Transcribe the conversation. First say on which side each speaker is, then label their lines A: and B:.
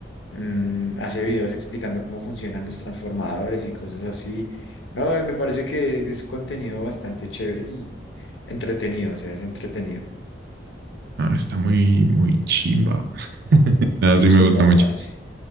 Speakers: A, on the left; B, on the right.
A: mm, hace videos explicando cómo funcionan los transformadores y cosas así. No, me parece que es, contenido bastante chévere y entretenido, o sea, es entretenido.
B: Ah, está muy, muy chimba. Nada,
A: Muy
B: sí
A: chimba,
B: me gusta mucho.
A: parce.